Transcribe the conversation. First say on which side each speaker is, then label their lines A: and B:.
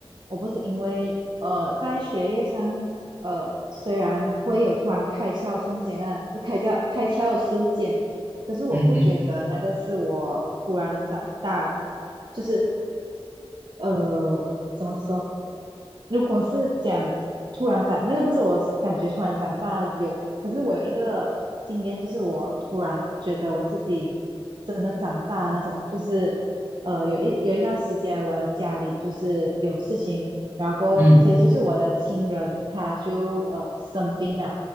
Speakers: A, on the right; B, on the right.
A: 我不是因为，呃，在学业上，呃，虽然会有突然开窍瞬间啊，就开窍开窍的瞬间，可是我不觉得那个是我突然长大，
B: 嗯嗯
A: 就是，呃，怎么说？如果是讲突然长，那个不是我感觉突然长大有，可是我有一个经验，就是我突然觉得我自己真的长大那种，就是。呃，有一有一段时间，我的家里就是有事情，然后过后其实就是我的亲人他就呃生病了，
B: 嗯